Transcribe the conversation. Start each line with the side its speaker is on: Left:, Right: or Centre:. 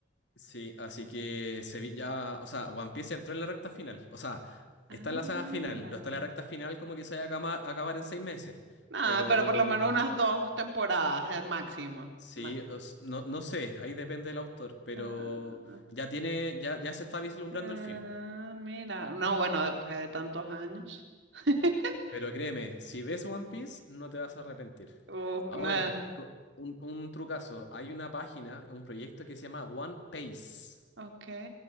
Left: Sí, así que se vi ya, o sea, One Piece entró en la recta final. O sea,
Right: Ah,
Left: está
Right: mira.
Left: en la saga final, no está en la recta final como que se vaya a acama- a acabar en seis meses.
Right: Nada,
Left: Pero
Right: pero por lo menos unas dos temporadas, el máximo.
Left: sí,
Right: Ma-
Left: os- no, no sé, ahí depende del autor, pero
Right: Ah,
Left: ya tiene, ya, ya se está vislumbrando
Right: ah,
Left: el fin.
Right: mira, no, bueno, después de tantos años. <laughs>
Left: Pero créeme, si ves One Piece, no te vas a arrepentir.
Right: Uh,
Left: Ahora,
Right: no,
Left: co- un, un trucazo. Hay una página, un proyecto que se llama One Pace.
Right: ok,